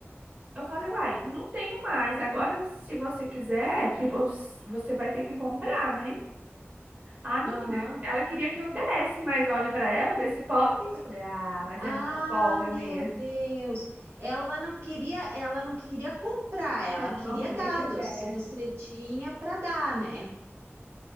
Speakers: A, on the right; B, on the right.
A: Eu falei, uai, não tenho mais. Agora, se você quiser, tipo, s- você vai ter que comprar, né? Ah, menina,
B: Aham.
A: ela queria que eu desse mais óleo pra ela, ver se pode. Eu falei, ah, mas
B: Ah,
A: é muita folga
B: meu
A: mesmo.
B: Deus. Ela não queria, ela não queria comprar,
A: Não,
B: ela queria
A: queria
B: dados.
A: que eu desse.
B: Se você tinha para dar, né?